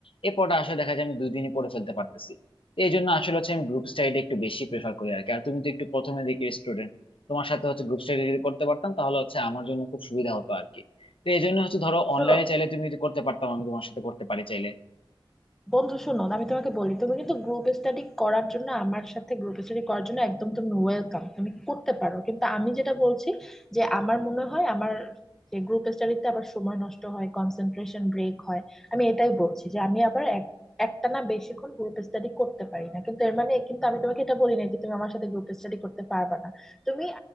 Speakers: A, on the left; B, in the centre.
A: এই পড়াটা আসলে দেখা যায় আমি দুই দিনে পড়ে ফেলতে পারতেছি তো এই জন্য আসলে হচ্ছে আমি গ্রুপ স্টাডিটা একটু বেশি প্রেফার করি আর কি আর তুমি তো একটু প্রথমে দিকে স্টুডেন্ট তোমার সাথে হচ্ছে গ্রুপ স্টাডি যদি করতে পারতাম তাহলে হচ্ছে আমার জন্য খুব সুবিধা হতো আর কি তো এই জন্য হচ্ছে ধরো
B: শোনো
A: অনলাইনে চাইলে তুমি যদি করতে পারতাম আমি তোমার সাথে করতে পারি চাইলে
B: বন্ধু শোনো আমি তোমাকে বলি তুমি কিন্তু গ্রুপ স্টাডি করার জন্য আমার সাথে গ্রুপ স্টাডি করার জন্য একদম তুমি ওয়েলকাম তুমি করতে পারো কিন্তু আমি যেটা বলছি যে আমার মনে হয় আমার যে গ্রুপ স্টাডিতে আবার সময় নষ্ট হয় কনসেন্ট্রেশন ব্রেক হয় আমি এটাই বলছি যে আমি আবার এক একটানা বেশিক্ষণ গ্রুপ স্টাডি করতে পারি না কিন্তু এর মানে কিন্তু আমি তোমাকে এটা বলি না যে তুমি আমার সাথে গ্রুপ স্টাডি করতে পারবে না তুমি